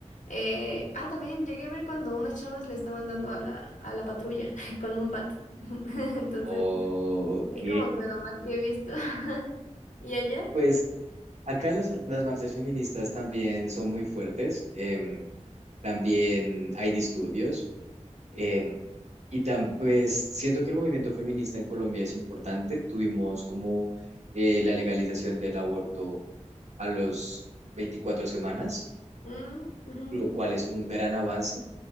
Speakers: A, on the left (about 85°); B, on the right (about 65°).
A: eh, ah, también llegué a ver cuando unas chavas le estaban dando a la, a la patrulla <laughs> con un bat. <laughs> Entonces,
B: ok.
A: es como que lo más que he visto. <laughs> ¿Y allá?
B: Pues acá las, las marchas feministas también son muy fuertes. em, también hay disturbios. em, y tan, pues siento que el movimiento feminista en Colombia es importante. Tuvimos como eh, la legalización del aborto a los 24 semanas,
A: Mm, ujú,
B: lo cual es un gran avance